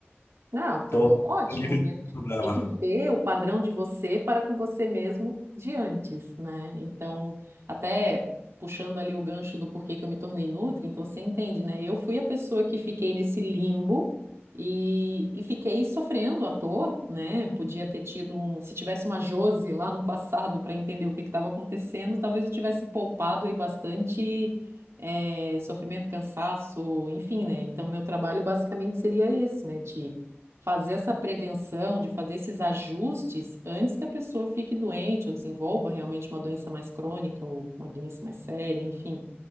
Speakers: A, on the right; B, on the left.
A: Não, então,
B: tô,
A: ótimo,
B: tô livre
A: né?
B: de problema.
A: Tem que ver o padrão de você para com você mesmo de antes, né? Então, até puxando ali o gancho do porquê que eu me tornei nutri, então você entende, né? Eu fui a pessoa que fiquei nesse limbo e, e fiquei sofrendo à toa, né? Podia ter tido um, se tivesse uma Jose lá no passado para entender o que estava acontecendo, talvez eu tivesse poupado aí bastante eh, sofrimento, cansaço, enfim, né? Então, meu trabalho basicamente seria esse, né? De fazer essa prevenção, de fazer esses ajustes antes que a pessoa fique doente ou desenvolva realmente uma doença mais crônica ou uma doença mais séria, enfim.